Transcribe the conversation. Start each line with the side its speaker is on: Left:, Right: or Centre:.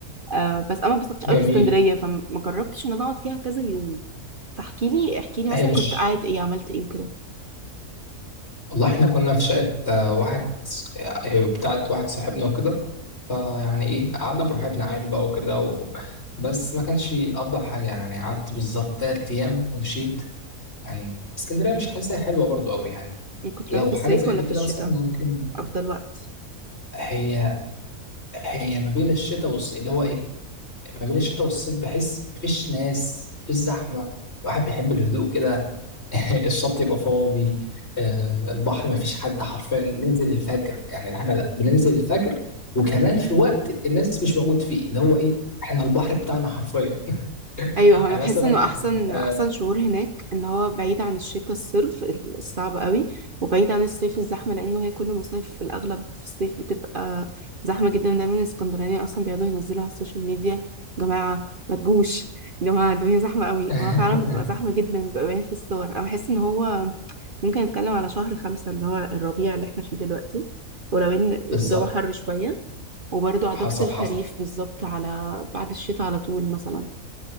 Right: آه بس انا ما اتبسطتش قوي
Left: جميل
Right: في اسكندريه فما جربتش ان انا اقعد فيها كذا يوم فاحكي لي احكي لي
Left: هي
Right: مثلا
Left: مش
Right: كنت قاعد ايه عملت ايه وكده
Left: والله احنا كنا في شقة آه، واحد هي بتاعت واحد صاحبنا وكده فيعني ايه قعدنا براحتنا عادي بقى وكده و... بس ما كانش أفضل حاجة يعني قعدت بالظبط تلات أيام ومشيت يعني اسكندرية مش حاسسها حلوة برضو قوي يعني
Right: يعني كنت
Left: لو
Right: رايح في
Left: حاجة
Right: الصيف
Left: زي
Right: ولا
Left: دي كده
Right: في الشتاء
Left: مثلا ممكن
Right: افضل وقت
Left: هي هي ما بين الشتاء والصيف اللي هو ايه ما بين الشتاء والصيف بحس مفيش ناس مفيش زحمة الواحد بيحب الهدوء كده <laughs> الشط يبقى فاضي آه، البحر مفيش حد حرفيا ننزل الفجر يعني احنا لا بننزل الفجر وكمان في وقت الناس مش موجود فيه اللي هو ايه احنا البحر بتاعنا حرفيا
Right: ايوه
Left: <laughs>
Right: هو انا
Left: يعني
Right: بحس
Left: مثلا
Right: انه احسن
Left: آه،
Right: احسن شهور هناك اللي هو بعيد عن الشتاء الصرف ال- الصعب قوي وبعيد عن الصيف الزحمه لانه هي كل مصيف في الاغلب في الصيف بتبقى زحمه جدا دايما الاسكندرانيه اصلا بيقعدوا ينزلوا على السوشيال ميديا جماعه ما تجوش يا جماعه الدنيا زحمه قوي
Left: <laughs>
Right: وهو فعلا بتبقى زحمه جدا بيبقى باين في الصور انا بحس ان هو ممكن نتكلم على شهر خمسة اللي هو الربيع اللي احنا فيه دلوقتي ولو ان الجو
Left: بالظبط
Right: حر شويه وبرضه عضكة
Left: حصل
Right: الخريف
Left: حصل
Right: بالظبط على بعد الشتاء على طول مثلا